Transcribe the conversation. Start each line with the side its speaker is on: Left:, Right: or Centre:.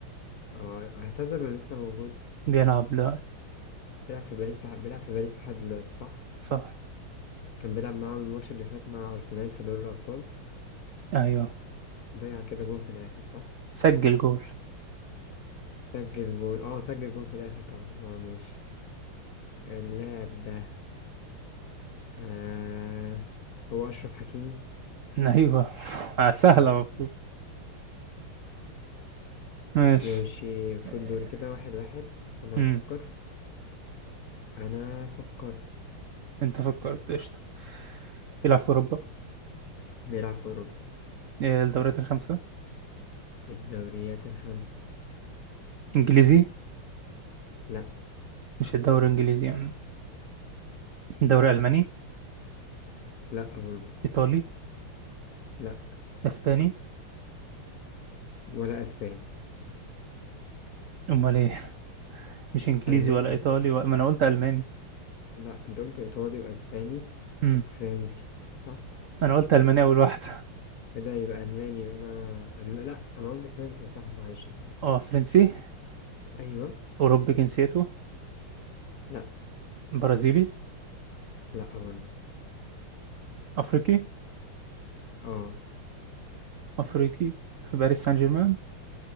Left: آه اعتذر ولا لسه موجود
Right: بيلعب دلوقتي
Left: بيلعب في باريس لح... بيلعب في باريس لحد دلوقتي صح
Right: صح
Left: كان بيلعب معاهم الماتش اللي فات مع أرسنال في دوري الأبطال
Right: ايوه
Left: ضيع كده جون في الآخر صح
Right: سجل جول
Left: سجل جون اه سجل جون في الآخر طبعا اه ماشي اللاعب ده آه هو أشرف حكيمي
Right: ايوه <laughs> آه، سهلة
Left: <laughs>
Right: المفروض ماشي
Left: ماشي المفروض
Right: آه،
Left: دوري كده واحد واحد أنا
Right: مم.
Left: هفكر أنا فكرت
Right: انت فكرت قشطة بيلعب في اوروبا
Left: بيلعب في أوروبا
Right: آه، الدوريات الخمسة
Left: الدوريات الخمسة
Right: انجليزي
Left: لأ
Right: مش الدوري الانجليزي يعني الدوري الماني
Left: لأ أوروبا
Right: ايطالي
Left: لأ
Right: اسباني
Left: ولا أسباني
Right: امال ايه مش انجليزي
Left: ألماني
Right: ولا ايطالي و... ما انا قلت الماني
Left: لأ أنت قلت إيطالي وأسباني
Right: امم
Left: وفرنسي صح؟
Right: انا قلت الماني اول واحد
Left: إيه ده يبقى ألماني يبقى أنا ألم... لأ أنا قصدي فرنسي صح معلش أنا آسف
Right: اه فرنسي
Left: أيوه
Right: اوروبي جنسيته
Left: لأ
Right: برازيلي
Left: لأ برضه
Right: افريقي
Left: أه
Right: افريقي في باريس سان جيرمان